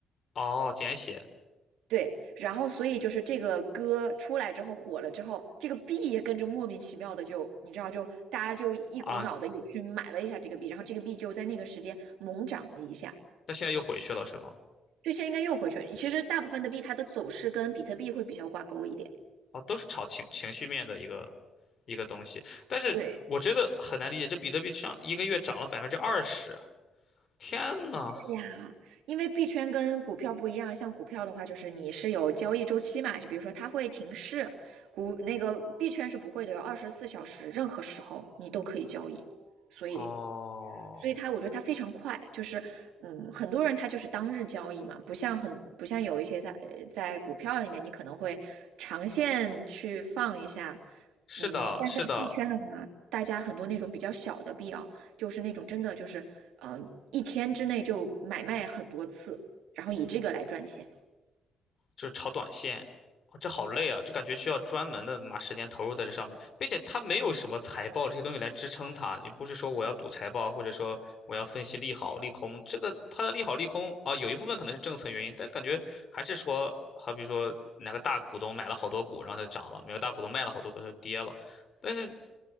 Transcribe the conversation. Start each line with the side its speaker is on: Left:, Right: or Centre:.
Left: 哦，简写。
Right: 对，然后所以就是这个歌出来之后火了之后，这个币也跟着莫名其妙的就，你知道就大家就一股脑的也去买了一下这个币，
Left: 啊，
Right: 然后这个币就在那个时间猛涨了一下，
Left: 但现在又回去了，是吗？
Right: 对，现在应该又回去了。其实大部分的币它的走势跟比特币会比较挂钩一点。
Left: 哦，都是炒情情绪面的一个一个东西，但是我真的很难理解，
Right: 对，
Left: 这比特币上一个月涨了百分之二十啊，天呐！
Right: 对呀，因为币圈跟股票不一样，像股票的话，就是你是有交易周期嘛，就比如说它会停市，股那个币圈是不会的，有二十四小时，任何时候你都可以交易，所以
Left: 哦，
Right: 所以它，我觉得它非常快，就是嗯，很多人他就是当日交易嘛，不像很不像有一些在呃在股票里面，你可能会长线去放一下，
Left: 是的，
Right: 嗯，但在币圈的话，
Left: 是的，
Right: 大家很多那种比较小的币啊，就是那种真的就是嗯，呃一天之内就买卖很多次，然后以这个来赚钱，
Left: 就是炒短线，哦这好累啊，就感觉需要专门的把时间投入在这上面，并且它没有什么财报这些东西来支撑它，也不是说我要赌财报，或者说我要分析利好利空，这个它的利好利空啊，有一部分可能是政策原因，但感觉还是说，好比说哪个大股东买了好多股，然后它就涨了，哪个大股东卖了好多股，它就跌了，但是。